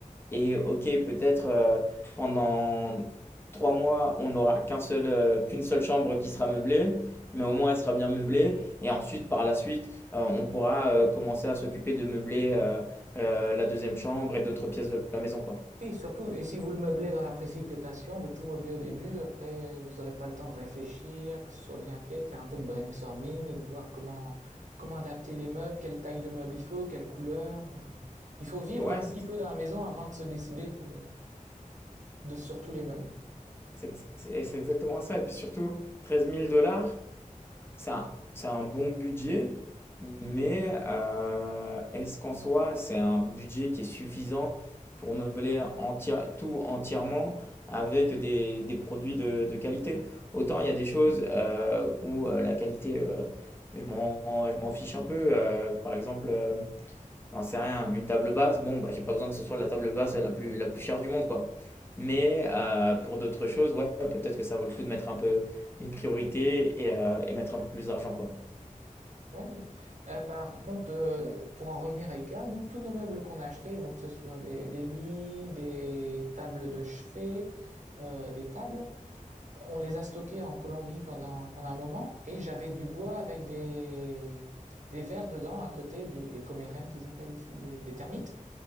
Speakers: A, on the left; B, on the right.
A: Et OK, peut-être, heu, pendant 3 mois, on n'aura qu'un seul, heu, qu'une seule chambre qui sera meublée, mais au moins elle sera bien meublée et ensuite par la suite, heu, on pourra, heu, commencer à s'occuper de meubler, heu heu, la deuxième chambre et d'autres pièces de la maison, quoi.
B: Et surtout, et si vous le meublez dans la précipitation, de tout meubler au début, après, vous n'aurez pas le temps de réfléchir, que ce soit bien fait, de faire un peu de brainstorming, de voir comment, comment adapter les meubles, quelle taille de meuble il faut, quelle couleur. euh. Il faut vivre
A: Ouais,
B: un petit
A: c'est
B: peu
A: ça.
B: dans la maison avant de se décider pour- de, sur tous les meubles.
A: C'est ex c'est c'est exactement ça et puis surtout treize mille dollars. ça, c'est un bon budget, mais euh, est-ce qu'en soi, c'est un budget qui est suffisant pour meubler entière- tout entièrement avec des, des produits de, de qualité? Autant il y a des choses euh, où euh, la qualité, euh, je m'en, je m'en fiche un peu. euh, par exemple, euh, J'en sais rien, une table basse, bon, bah, j'ai pas besoin que ce soit la table basse la plus, la plus chère du monde, quoi. Mais euh, pour d'autres choses, ouais, peut-être que ça vaut le coup de mettre un peu une priorité et, euh, et mettre un peu plus d'argent, quoi.
B: Ouais, non. Euh, par contre, euh, pour en revenir à IKEA, nous, tous nos meubles qu'on a achetés, donc que ce soit des, des lits, des tables de chevet, euh, des tables, on les a stockés en Colombie pendant, pendant un moment et j'avais du bois avec des, des vers dedans à côté du- des comérènes qu'ils appellent ici, des, des termites.